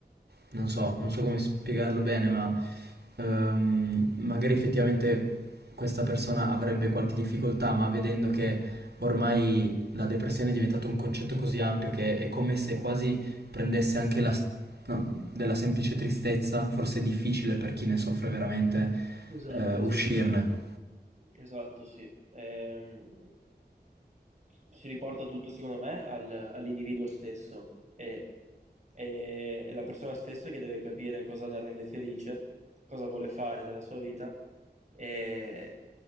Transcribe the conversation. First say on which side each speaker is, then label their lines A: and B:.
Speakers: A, on the right (about 70°); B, on the right (about 40°).
A: non so, non so come spiegarlo bene, ma ehm, magari effettivamente questa persona avrebbe qualche difficoltà, ma vedendo che ormai la depressione è diventato un concetto così ampio che è come se quasi prendesse anche la, s- no, della semplice tristezza, forse è difficile per chi ne soffre veramente
B: Esatto,
A: eh, uscirne.
B: esatto. Esatto, sì. Ehm, si riporta tutto, secondo me, al- all'individuo stesso e e- è la persona stessa che deve capire cosa la rende felice, cosa vuole fare della sua vita e,